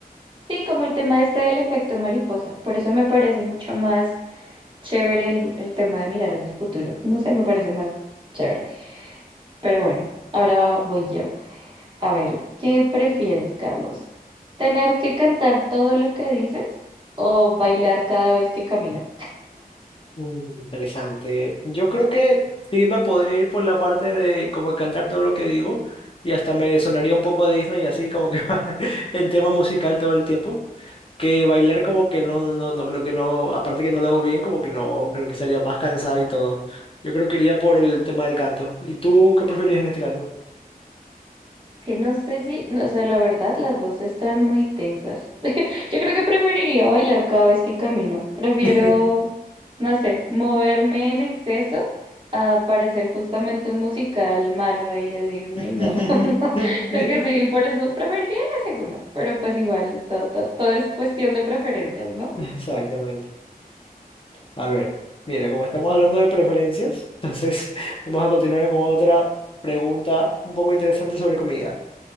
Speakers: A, on the right (about 30°); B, on the left (about 35°).
A: Sí, como el tema este del efecto mariposa. Por eso me parece mucho más chévere el, el tema de mirar hacia el futuro. No sé, me parece más chévere. Pero bueno, ahora voy yo. A ver, ¿qué prefieres, Carlos? ¿Tener que cantar todo lo que dices o bailar cada vez que caminas?
B: Mm, Interesante. Yo creo que sí me podría ir por la parte de como cantar todo lo que digo y hasta me sonaría un poco Disney así como que <laughs> en tema musical todo el tiempo. Que bailar como que no, no, no, no creo que no, aparte que no lo hago bien, como que no, creo que estaría más cansado y todo. Yo creo que iría por el tema del canto. ¿Y tú qué preferirías en este caso?
A: Que no sé si, no, o sea, la verdad, las dos están muy tensas. <laughs> Yo creo que preferiría bailar cada vez que camino. Prefiero,
B: <laughs>
A: no sé, moverme en exceso a parecer justamente un musical malo ahí de Disney.
B: <laughs>
A: No, <laughs> no, creo que sí, por eso preferiría la segunda. Pero pues igual, todo, todo, todo es cuestión de preferencias, ¿no?
B: Exactamente. A ver, mira, como estamos hablando de preferencias, <laughs> entonces vamos a continuar con otra pregunta un poco interesante sobre comida.